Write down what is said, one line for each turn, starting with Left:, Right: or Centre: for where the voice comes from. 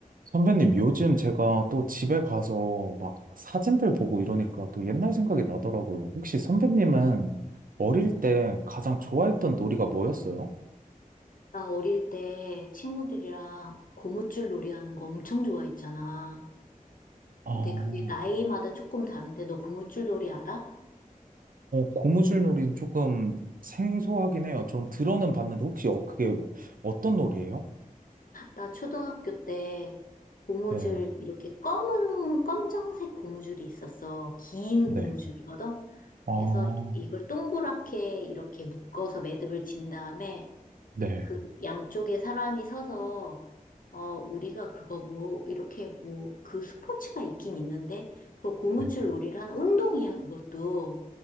Right: 선배님, 요즘 제가 또 집에 가서 막 사진들 보고 이러니까 또 옛날 생각이 나더라고요. 혹시 선배님은 어릴 때 가장 좋아했던 놀이가 뭐였어요?
Left: 나 어릴 때 친구들이랑 고무줄 놀이 하는 거 엄청 좋아했잖아.
Right: 아,
Left: 근데
Right: 어,
Left: 그게 나이마다 조금 다른데 너 고무줄 놀이 알아?
Right: 고무줄 놀이 조금 생소하긴 해요. 전 들어는 봤는데 혹시 어, 그게 어떤 놀이예요?
Left: 나 초등학교 때 고무줄
Right: 네,
Left: 이렇게 검은 검정색 고무줄이 있었어. 긴
Right: 네.
Left: 고무줄이거든.
Right: 아,
Left: 그래서 이걸 동그랗게 이렇게 묶어서 매듭을 진 다음에
Right: 네,
Left: 그 양쪽에 사람이 서서 어 우리가 그거 뭐 이렇게 뭐 그 스포츠가 있긴 있는데 그거 고무줄
Right: 네.
Left: 놀이를 하는 운동이야 그것도.